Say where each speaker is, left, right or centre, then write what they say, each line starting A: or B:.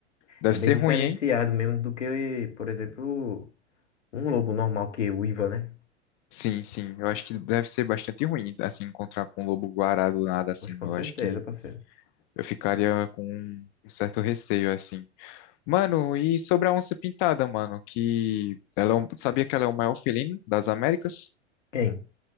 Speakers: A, on the left (about 45°); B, on the left (about 80°).
A: deve
B: é bem
A: ser
B: diferenciado
A: ruim, hein?
B: mesmo do que, por exemplo, um lobo normal que é uiva, né?
A: Sim, sim, eu acho que deve ser bastante ruim, assim, encontrar com um lobo-guará do nada, assim.
B: Pois com
A: Eu
B: certeza,
A: acho que
B: parceiro.
A: eu ficaria com um um certo receio, assim. Mano, e sobre a onça pintada, mano, que ela é um- sabia que ela é o maior felino das Américas?
B: Tem,